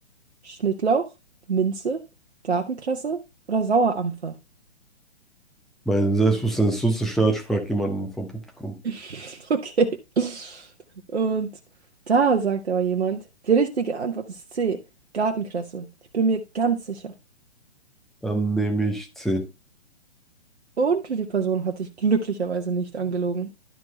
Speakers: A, on the right (about 65°); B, in the centre.
A: Schnittlauch, Minze, Gartenkresse oder Sauerampfer?
B: Mein Selbstbewusstsein ist so zerstört, ich frage jemanden vom Publikum.
A: <laughs> Okay. Und da sagt aber jemand, die richtige Antwort ist C, Gartenkresse. Ich bin mir ganz sicher.
B: Dann nehme ich C.
A: Und die Person hat dich glücklicherweise nicht angelogen.